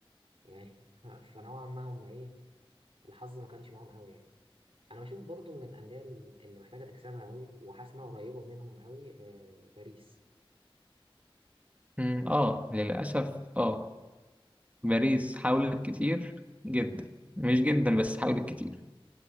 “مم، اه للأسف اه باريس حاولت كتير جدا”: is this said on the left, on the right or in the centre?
Right